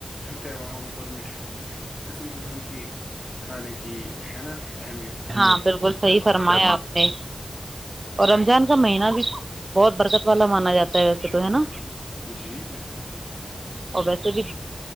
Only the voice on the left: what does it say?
تہواروں اوپر مٹھائییں کسم قسم کی کھانے کی ہے نا اہمیت ہوتی
ہے
تہواروں
پہ
ہاں جی بالکل بالکل